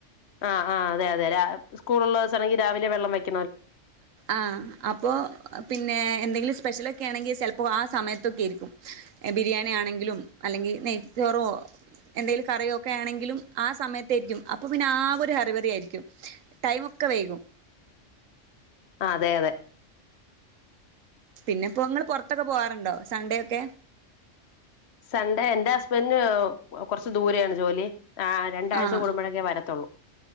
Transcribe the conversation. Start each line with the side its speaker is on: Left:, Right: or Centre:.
Left: ആഹ് ആ അതെ അതെ, സ്കൂളുള്ള ദിവസാണെങ്കിൽ രാവിലെ വെള്ളം വെക്ക
Right: ആഹ് അപ്പോ പിന്നെ എന്തെങ്കിലും സ്പെഷ്യലൊക്കെ ആണെങ്കിൽ ചിലപ്പോൾ ആ സമയത്തൊക്കെയിരിക്കും ബിരിയാണി ആണെങ്കിലും അല്ലെങ്കി നെയ്ച്ചോറോ എന്തെങ്കിലും കറിയോ ഒക്കെ ആണെങ്കിലും ആ സമയത്തായിരിക്കും അപ്പ പിന്നെ ആകെ ഒരു ഹറി ബറി യയിരിക്കും ടൈം ഒക്കെ വൈകും
Left: ആ അതെ അതെ
Right: പിന്നെ ഇപ്പോ ഇങ്ങള് പൊറത്തൊക്കെ പോവാറുണ്ടോ സൺഡേ ഒക്കെ?
Left: സൺഡേ എൻ്റെ ഹസ്ബൻഡിന് കൊറച്ച് ദൂരെയാണ് ജോലി ആ രണ്ടാഴ്ച്ച
Right: ആഹ്
Left: കൂടുമ്പോഴൊക്കേ വരത്തുള്ളൂ